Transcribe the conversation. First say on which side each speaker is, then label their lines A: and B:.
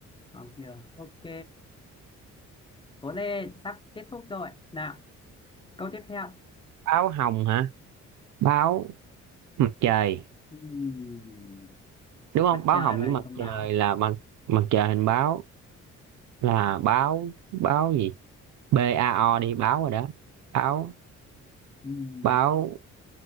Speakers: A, on the left; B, on the right.
A: học đường ok cố lên sắp kết thúc rồi nào câu tiếp theo
B: báo hồng hả báo mặt trời
A: Ừm,
B: đúng không
A: mặt
B: báo
A: trời
B: hồng với
A: và
B: mặt
A: hình con
B: trời
A: báo
B: là mặt mặt trời hình báo là báo báo gì B A O đi báo rồi đó báo
A: Ừm,
B: báo